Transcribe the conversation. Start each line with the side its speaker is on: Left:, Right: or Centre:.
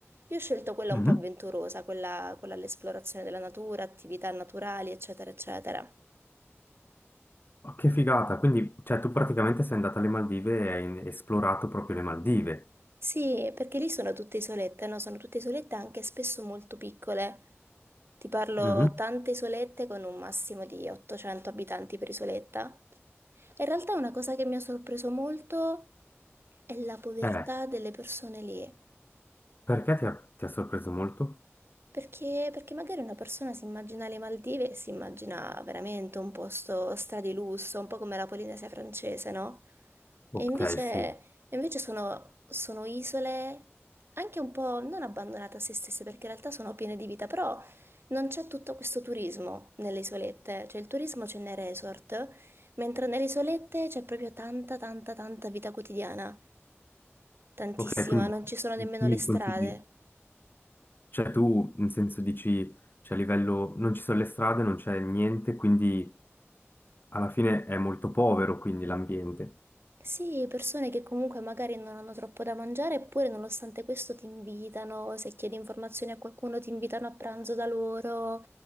Right: Io ho scelto quella
Left: Mhm.
Right: un po' avventurosa, quella, quella all'esplorazione della natura, attività naturali, eccetera, eccetera.
Left: Ma che figata, quindi cioè, tu praticamente sei andata alle Maldive e hai in- esplorato proprio le Maldive.
Right: Sì, perché lì sono tutte isolette, no? Sono tutte isolette anche spesso molto piccole. Ti parlo
Left: Mhm.
Right: tante isolette con un massimo di 800 abitanti per isoletta. E in realtà una cosa che mi ha sorpreso molto è la povertà
Left: Eh,
Right: delle persone lì.
Left: perché ti ha, ti ha sorpreso molto?
Right: Perché, perché magari una persona si immagina le Maldive e si immagina veramente un posto stradi lusso, un po' come la Polinesia francese, no?
Left: Ok,
Right: E invece,
Left: sì.
Right: e invece sono, sono isole anche un po' non abbandonate a se stesse, perché in realtà sono piene di vita, però non c'è tutto questo turismo nelle isolette, cioè il turismo c'è nei resort, mentre nelle isolette c'è proprio tanta, tanta, tanta vita quotidiana, tantissima,
Left: Ok, quindi
Right: non ci sono nemmeno
Left: mm, mi
Right: le strade.
Left: consigli. Cioè tu in senso dici, cioè a livello, non ci sono le strade, non c'è niente, quindi alla fine è molto povero quindi l'ambiente.
Right: Sì, persone che comunque magari non hanno troppo da mangiare, eppure nonostante questo ti invitano, se chiedi informazioni a qualcuno ti invitano a pranzo da loro.